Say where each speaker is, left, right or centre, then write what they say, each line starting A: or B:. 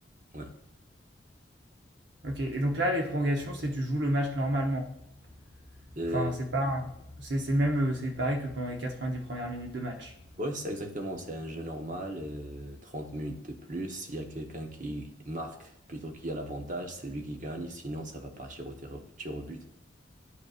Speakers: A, on the right; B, on the right.
A: Ouais,
B: ok. Et donc là, les prolongations, c'est tu joues le match normalement.
A: Euh,
B: Enfin, c'est pas, un- c'est c'est le même, euh, c'est pareil que pendant les 90 premières minutes de match.
A: ouais, c'est exactement, c'est un jeu normal, euh, 30 minutes de plus. S'il y a quelqu'un qui marque plutôt qu'il y a l'avantage, c'est lui qui gagne, sinon, ça va partir au tir au tir au but.